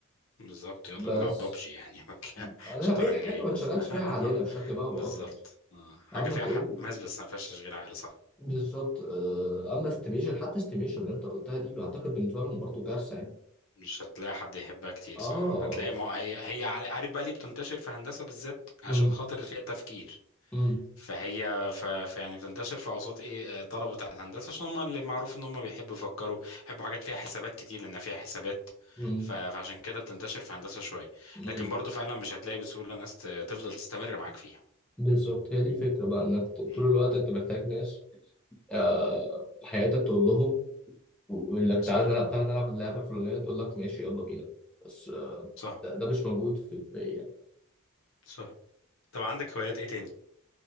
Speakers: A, on the left; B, in the centre.
A: بالظبط يلا
B: بس
A: نلعب بابجي يعني <laughs> مكان
B: انا
A: شطرنج
B: اي حاجه
A: ايه
B: ما
A: بس
B: نشغلش
A: <laughs>
B: فيها علينا بشكل ما او باخر
A: بالظبط آه. حاجة
B: اما
A: فيها
B: تقول
A: حماس بس ما فيهاش تشغيل عقل صح
B: بالظبط آه، اما استيميشن حتى استيميشن اللي انت قلتها دي بعتقد بالنسبه لهم برضو كارثه يعني
A: مش هتلاقي حد يحبها كتير
B: اه
A: صح هتلاقي ما هي هي عل- عارف بقى ليه بتنتشر في هندسة بالذات عشان
B: امم
A: خاطر فيها تفكير
B: امم
A: فهي ف... ف يعني بتنتشر في اوساط ايه آه، طلبة بتاعت هندسة عشان هم اللي معروف ان هم بيحبوا يفكروا بيحبوا حاجات فيها حسابات كتير لان فيها حسابات
B: امم
A: ف... فعشان كده بتنتشر في هندسة شوية
B: امم
A: لكن برضو فعلا مش هتلاقي بسهولة ناس ت- تفضل تستمر معاك فيها
B: بالظبط هي دي الفكره بقى انك ط- طول
A: مم.
B: الوقت انت محتاج ناس آه في حياتك تقول لهم و- ويقول لك
A: صح
B: تعالى نلعب تعالى نلعب اللعبه الفلانيه تقول لك ماشي يلا بينا بس آه
A: صح
B: ده, ده مش موجود في البيئه يعني.
A: صح طب عندك هوايات ايه تاني